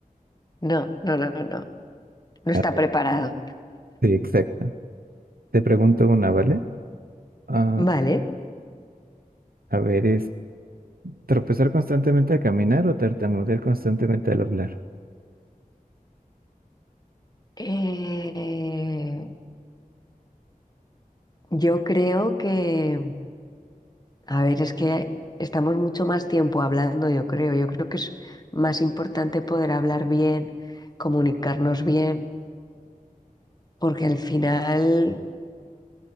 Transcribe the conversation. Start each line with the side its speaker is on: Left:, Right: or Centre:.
Left: no, no, no, no, no está
Right: A ver,
Left: preparado.
Right: sí, exacto. Te pregunto una, ¿vale? Ah,
Left: Vale.
Right: a ver, ¿Tropezar constantemente al caminar o tartamudear constantemente al hablar?
Left: Eh, yo creo que, a ver, es que estamos mucho más tiempo hablando, yo creo. Yo creo que es más importante poder hablar bien, comunicarnos bien, porque al final